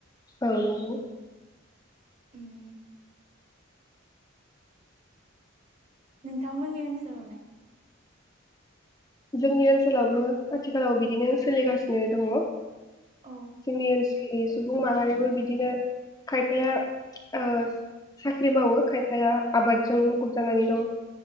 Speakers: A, on the left; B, on the right.
A: औ नंगौ
B: उम नोंथांमोननि ओनसोलावलाय
A: जोंनि ओनसोलावबो आथिखालाव बिदिनो सोलिगासिनो दङ।
B: औ
A: जोंनि ओनस नि सुबुं माहारियाबो बिदिनो खायफाया ओ साख्रि मावो खायफाया आबादजों मुखुब जानानै दं।